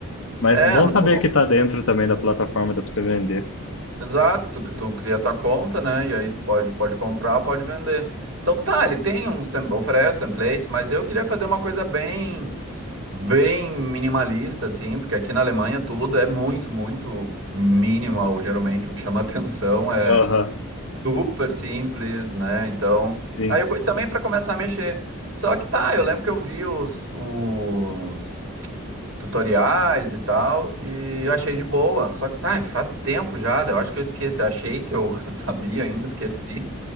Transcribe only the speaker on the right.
É,
no,
Exato, que tu cria tua conta, né? E aí tu pode, pode comprar, pode vender. Então tá, ele tem uns, tem- oferece templates, mas eu queria fazer uma coisa bem, bem minimalista, assim, porque aqui na Alemanha tudo é muito, muito minimal, geralmente o que chama <laughs> atenção é
super simples, né? Então,
aí eu, co- e também para começar a mexer. Só que tá, eu lembro que eu vi os, os tutoriais e tal, e eu achei de boa. Só que tá, é que faz tempo já, daí eu acho que eu esqueci. Eu Achei que eu <laughs> sabia ainda, esqueci.